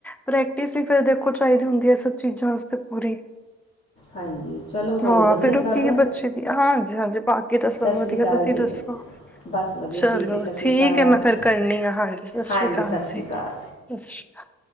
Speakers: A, in the centre; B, on the left.
A: ਪ੍ਰੈਕਟਿਸ ਵੀ ਫੇਰ ਦੇਖੋ ਚਾਹੀਦੀ ਹੁੰਦੀ ਐ ਸਭ ਚੀਜ਼ਾਂ ਵਾਸਤੇ ਪੂਰੀ,
B: ਹਾਂਜੀ ਚਲੋ ਹੋਰ
A: ਹਾਂ,
B: ਵਧੀਆ
A: ਫੇਰ
B: ਸਭ
A: ਉਹ ਕੀ ਹੈ ਬੱਚੇ ਦੀ, ਹਾਂਜੀ-ਹਾਂਜੀ, ਪਾ ਕੇ ਦਸੋ,
B: ਸਤਿ ਸ਼੍ਰੀ
A: ਵਧੀਆ,
B: ਅਕਾਲ
A: ਤੁਸੀਂ
B: ਜੀ
A: ਦੱਸੋ
B: ਬਸ ਵਧੀਆ,
A: ਚਲੋ
B: ਠੀਕ ਐ ਸਤਿ ਸ਼੍ਰੀ
A: ਠੀਕ
B: ਅਕਾਲ
A: ਐ ਮੈਂ ਫੇਰ ਕਰਨੀ ਆ, ਹਾਂਜੀ, ਸਤਿ
B: ਹਾਂਜੀ
A: ਸ਼੍ਰੀ ਅਕਾਲ
B: ਸਤਿ ਸ਼੍ਰੀ
A: ਜੀ, ਸਤਿ
B: ਅਕਾਲ
A: ਸ਼੍ਰੀ ਅਕਾਲ।